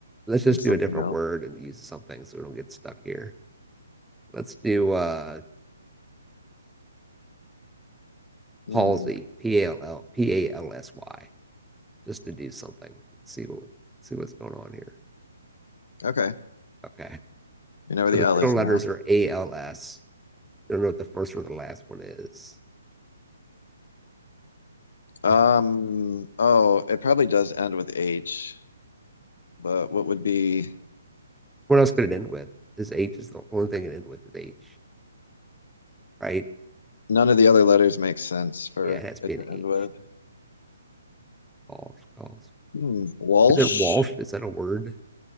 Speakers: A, in the centre; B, on the left.
A: Let's just
B: and
A: do
B: something
A: a different
B: else.
A: word and use something so we don't get stuck here. Let's do uh
B: Hmm,
A: palsy, P A L L P A L S Y, just to do something. See what see what's going on here.
B: okay.
A: Okay.
B: You know where
A: So
B: the
A: the
B: L
A: middle
B: is
A: letters
B: now.
A: are A L S. I don't know what the first or the last one is.
B: Um,
A: Oh,
B: oh, it probably does end with H, but what would be,
A: What else could it end with? This H is the only thing it ends with is H, right?
B: none of the other letters make sense for
A: Yeah, it has to
B: it
A: be an
B: to
A: H.
B: end with.
A: Walsh, Walsh.
B: Hmm, Walsh?
A: Is it Walsh? Is that a word?